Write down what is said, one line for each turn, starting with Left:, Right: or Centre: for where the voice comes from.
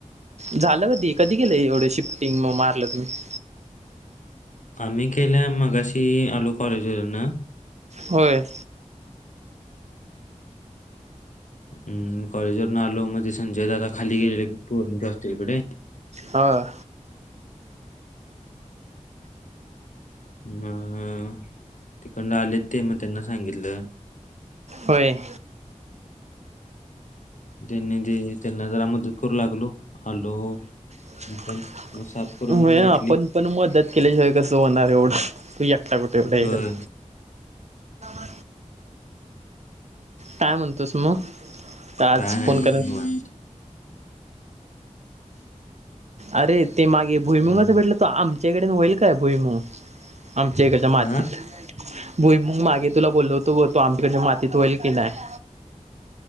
Right: झालं कधी -कधी गेलं एवढं शिफ्टिंग मग मारलं तुम्ही? <inaudible>
Left: आम्ही केल्या मगाशी आलो कॉलेजवरन
Right: होय <inaudible>
Left: हम्म कॉलेज वर ना आलो मध्ये संजय दादा खाली गेलेले पोरिंच्या हॉस्टेलकडे
Right: होय
Left: म अ तिकडन आलेत ते मग त्यांना सांगितलं
Right: होय <inaudible>
Left: त्यांनी- जे त्यांना जरा मदत करू लागलो आलो
Right: <inaudible>
Left: आपण मग साफ करून
Right: होय
Left: घेतली
Right: आपण पण मदत केल्याशिवाय कसं होणार एवढं तू एकटा कुठ तेवढ हे
Left: होय
Right: करा <unintelligible> काय म्हणतोस मग? <inaudible> काय आज
Left: नाही
Right: फोन
Left: बघ
Right: कर
Left: निवांत.
Right: <unintelligible> अरे ते मागे भुईमंगाच
Left: अ
Right: भेटलं तो आमच्याकडेन होईल काय भुईमग? <inaudible> आमच्या एकाच्या मातीत
Left: हा
Right: भुई मग मागे तुला बोललो होतो तू आमच्याकडच्या मातीत होईल की नाही